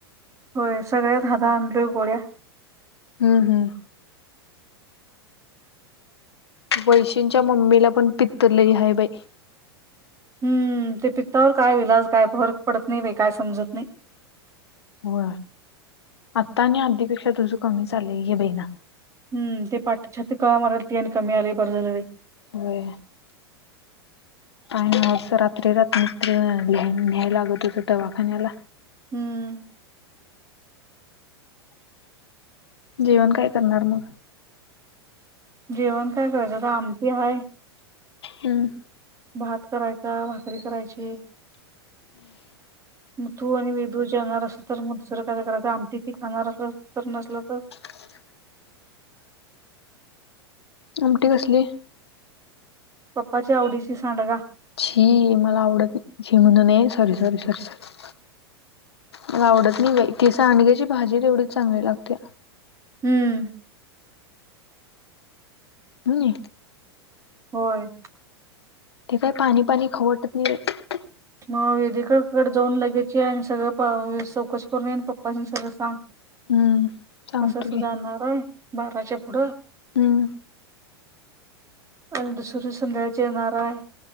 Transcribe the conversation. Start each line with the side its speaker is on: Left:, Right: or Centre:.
Right: होय सगळ्यात हाता आणंलय गोळ्या
Left: हम्म हम्म वैशींच्या मम्मीला पण पित्त लई हाय बाय.
Right: हम्म ते पित्तावर काय विलाज काय फरक पडत नाही बई काय समजत नाई.
Left: हो आता आणि आधी पेक्षा तर कमी आले ये बहिणा
Right: हम्म ते पाट छाती कळा मारत ते आणि कमी आलय बरं झाल बाई.
Left: होय. आन अस रात्री रात्र त्री न्यायला लागत दवाखान्याला.
Right: हम्म
Left: जेवण काय करणार मग
Right: जेवण काय करायचं आता आमटी हाय.
Left: हम्म
Right: भात करायचा. भाकरी करायची. मग तू आणि वेदू जेवणार अस तर मग दुसरं काय करायचं आमटी ती खाणार असल तर नसल तर
Left: <inaudible> उमटी कसली?
Right: पप्पाच्या आवडीची सांडगा.
Left: छी मला आवडत नाय छी म्हणू नये सॉरी सॉरी सॉरी सॉरी. मला आवडत नाही बाई ती तसांडग्याची भाजी तेवढीच चांगली लागते.
Right: हम्म
Left: हनी
Right: होय.
Left: ते काय पाणी पाणी खाऊ वाटत नाही बाय.
Right: मग वेदिकाकडे जाऊन लगेचं ये आणि प सगळं चौकशी करून ये आणि पप्पा सगळं सांग.
Left: <unintelligible> सांगतो
Right: असं अस
Left: की.
Right: जाणारय बाराच्या पुढं
Left: हम्म-
Right: आणि दुसऱ्या संध्यकाळीच येणार हाय.